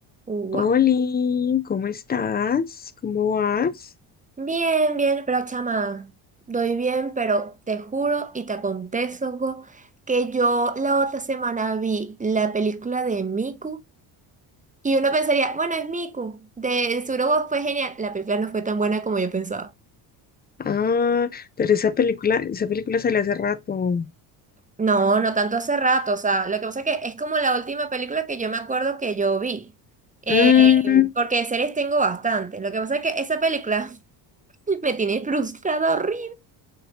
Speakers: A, on the right; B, on the left.
A: Gua-
B: Oli, ¿cómo estás? ¿Cómo vas?
A: Bien, bien, pero chama, doy bien, pero te juro y te acontezo que yo la otra semana vi la película de Miku y uno pensaría, bueno, es Miku, de seguro go fue genial. La película no fue tan buena como yo pensaba.
B: Ah, pero esa película, esa película salió hace rato.
A: No, no tanto hace rato, o sea, lo que pasa es que es como la última película que yo me acuerdo que yo vi, Eh,
B: Mm,
A: porque de series tengo bastante. Lo que pasa es que esa película <laughs> me tiene frustrada horrible.